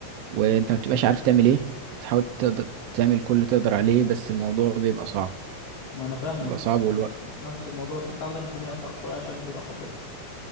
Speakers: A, on the right; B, on the left.
A: وانت ما بتبقاش عارف تعمل ايه وتحاول تقدر تعمل كل اللي تقدر عليه بس الموضوع بيبقى صعب
B: ما أنا فاهمك
A: بيبقى صعب والوقت
B: نفس الموضوع بس أنت عندك الدنيا أصعب شوية عشان الجراحة وكده